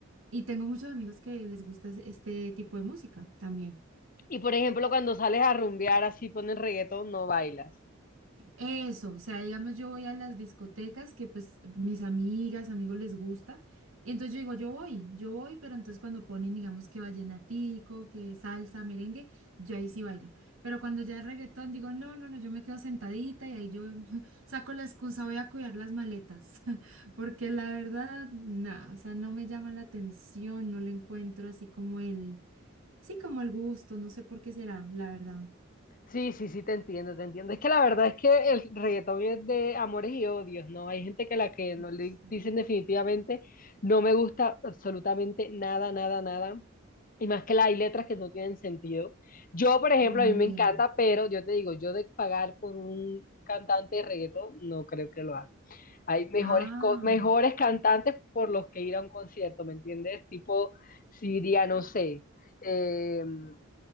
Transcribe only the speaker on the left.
Y por ejemplo, cuando sales a rumbear así ponen reggaetón, no bailas.
Sí, sí, sí, te entiendo, te entiendo. Es que la verdad es que el reggaetón es de amores y odios, ¿no? Hay gente que a la que no
le dicen definitivamente, no me gusta absolutamente nada, nada, nada. Y más que la, hay letras que no tienen sentido. Yo, por ejemplo,
a mí me encanta, pero yo te digo, yo de pagar por un cantante de reggaetón, no creo que lo haga. Hay mejores,
co- mejores cantantes por los que ir a un concierto, ¿me entiendes? Tipo, si iría, no sé. em,